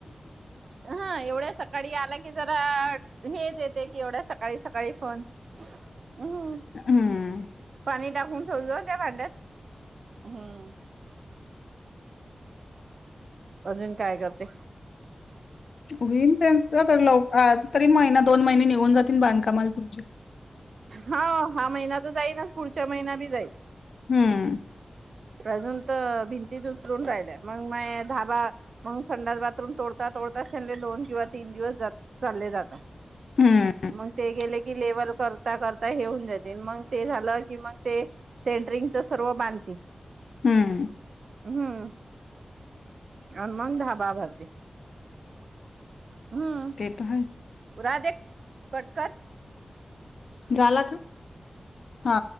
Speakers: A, on the right (about 75°); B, on the left (about 75°).
A: हा एवढ्या, सकाळी आला की जरा हेच येते कि एवढ्या सकाळी सकाळी फोन हम्म
B: हम्म
A: पाणी टाकून ठेवलो त्या भांड्यात. हम्म, अजून काय करते?
B: होईन त्यां लव तरी महिना दोन महिने निघून जातील बांधकामाला तुमच्या
A: हा हा महिना तर जाईनच पुढच्या महिना बी जाईल.
B: हम्म,
A: अजून तर भिंतीत उतरून राहिल्या मग माय धाबा मग संडास बाथरूम तोडता. तोडता तोडता त्यांने दोन किंवा तीन दिवस चालले जाता.
B: हं,
A: मग ते गेले की लेवल कर ता करता हे होऊन जाते मग ते झालं की मग ते सेंटरिंग सर्व बांधतील.
B: हम्म,
A: हम्म, आन मग ढाबा भरते, हम्म
B: ते तर हायच,
A: राधे कट कर
B: झाला का हा